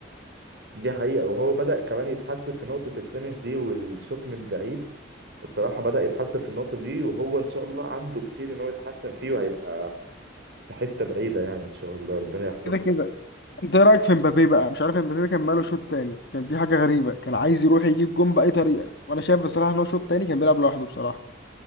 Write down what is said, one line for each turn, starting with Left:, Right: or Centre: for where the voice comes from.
Right: دي حقيقة وهو بدأ كمان يتحسن في نقطة الفينش دي والشوط من بعيد بصراحة بدأ يتحسن في النقطة دي وهو إن شاء الله عنده كتير إن هو يتحسن فيه وهيبقى في حتة بعيدة يعني إن شاء الله ربنا يحفظه
Left: كده كده انت ايه رايك في مبابي بقى مش عارف مبابي كان ماله شوط تاني كان في حاجه غريبه كان عايز يروح يجيب جون باي طريقه وانا شايف بصراحه ان هو شوط تاني كان بيلعب لوحده بصراحه